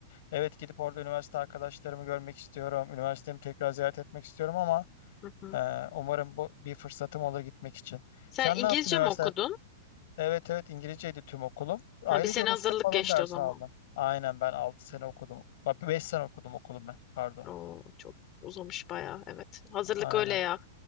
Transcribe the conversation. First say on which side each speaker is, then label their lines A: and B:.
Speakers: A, on the left; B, on the left.
A: evet gidip orada üniversite arkadaşlarımı görmek istiyorum. Üniversitemi tekrar ziyaret etmek istiyorum ama
B: Hı hı.
A: e, umarım bu bir fırsatım olur gitmek için.
B: Sen
A: Sen
B: İngilizce
A: ne yaptın üniversite
B: mi okudun?
A: Evet evet İngilizceydi tüm okulum. Ayrıca
B: Ha, bir sene
A: Rusça
B: hazırlık
A: falan
B: geçti
A: ders
B: o zaman.
A: aldım. Aynen ben 6 sene okudum. Bak 5 sene okudum okulum ben. Pardon.
B: Oo, çok uzamış bayağı. Evet. Hazırlık
A: Aynen.
B: öyle ya.